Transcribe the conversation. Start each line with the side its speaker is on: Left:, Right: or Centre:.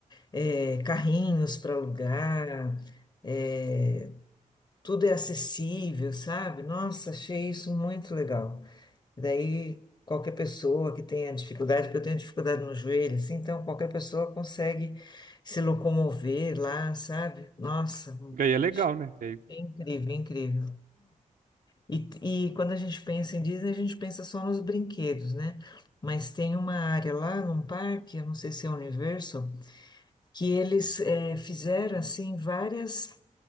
Left: É, carrinhos para alugar, é, tudo é acessível, sabe? Nossa, achei isso muito legal. E daí, qualquer pessoa que tenha dificuldade, porque eu tenho dificuldade no joelho, assim, então qualquer pessoa consegue se locomover lá, sabe? Nossa,
Right: E aí é legal,
Left: achei
Right: né? E aí-
Left: incrível, incrível. E, e quando a gente pensa em Disney, a gente pensa só nos brinquedos, né? Mas tem uma área lá num parque, eu não sei se é Universal, que eles eh, fizeram assim várias,